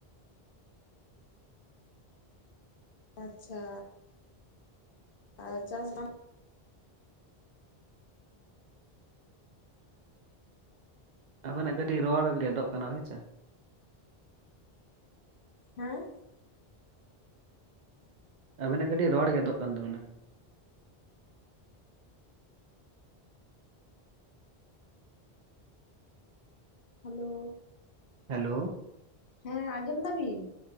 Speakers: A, on the left; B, on the right.
A: ᱟᱪᱪᱷᱟ᱾ ᱟᱨ ᱪᱟᱥ ᱫᱟᱢᱼᱼ
B: ᱟᱵᱤᱱᱟᱜ ᱠᱟᱹᱴᱤᱡ ᱨᱚᱲ ᱜᱮᱫᱚᱜ ᱠᱟᱱᱟ ᱦᱳᱭ ᱥᱮ᱾
A: ᱦᱮᱸ᱾
B: ᱟᱵᱤᱱᱟᱜ ᱠᱟᱹᱴᱤᱡ ᱨᱚᱲ ᱜᱮᱫᱚᱜ ᱠᱟᱱ ᱛᱟᱵᱮᱱᱟ᱾
A: ᱦᱮᱞᱳ᱾
B: ᱦᱮᱞᱳ᱾
A: ᱦᱮᱸ ᱟᱸᱡᱚᱢ ᱫᱟ ᱵᱤᱱ?